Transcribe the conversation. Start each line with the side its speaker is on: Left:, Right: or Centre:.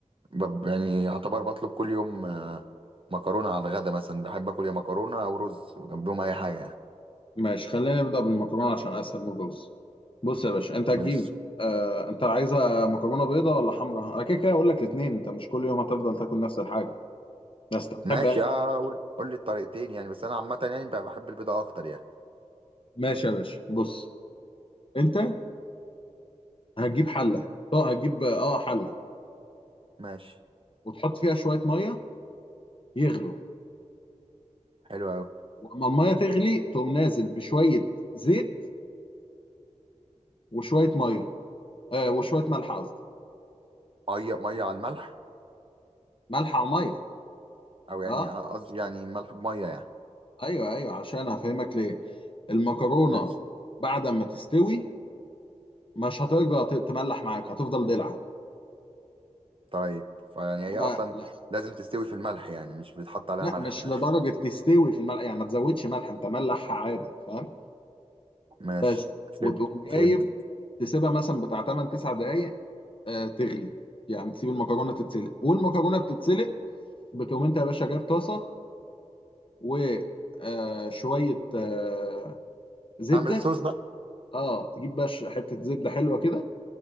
Right: ب- يعني يعتبر بطلب كل يوم آه، مكرونة على الغدا مثلا بحب اكل يا مكرونة او رز وجنبهم اي حاجة يعني
Left: ماشي خلينا نبدا بالمكرونه عشان اسهل من الرز بص يا باشا انت هتجيب
Right: ماشي
Left: آه... انت عايزه مكرونه بيضه ولا حمراء انا كده كده اقول لك الاثنين انت مش كل يوم هتفضل تاكل نفس الحاجه بس انت بتحب
Right: ماشي
Left: يعني
Right: اه قول قول لي الطريقتين يعني بس انا عامة يعني بقى بحب البيضة اكتر يعني
Left: ماشي يا باشا بص انت هتجيب حله اه هتجيب اه حله
Right: ماشي
Left: وتحط فيها شويه ميه يغلوا
Right: حلو قوي
Left: واما الميه تغلي تقوم نازل بشويه زيت وشويه ميه آه وشويه ملح قصدي
Right: مية مية على الملح
Left: ملح على الميه
Right: او يعني
Left: اه
Right: آه، قصدي يعني ملح بمية يعني
Left: ايوه ايوه عشان هفهمك ليه المكرونه
Right: ماشي
Left: بعد ما تستوي مش هترجع ت- تملح معاك هتفضل دلع
Right: طيب فيعني
Left: انما
Right: هي اصلا
Left: لا
Right: لازم تستوي في الملح يعني مش بيتحط عليها
Left: لا
Right: ملح
Left: مش
Right: في الاخر
Left: لدرجه تستوي في الملح يعني ما تزودش ملح انت ملحها عادي فاهم
Right: ماشي
Left: بس
Right: فهمت
Left: وتقوم
Right: فهمت
Left: جايب تسيبها مثلا بتاع 8 9 دقائق آه تغلي يعني تسيب المكرونه تتسلق والمكرونه بتتسلق بتقوم انت يا باشا جايب طاسه و آه شويه آه زبده
Right: نعمل الصوص بقى
Left: اه تجيب بقى حته زبده حلوه كده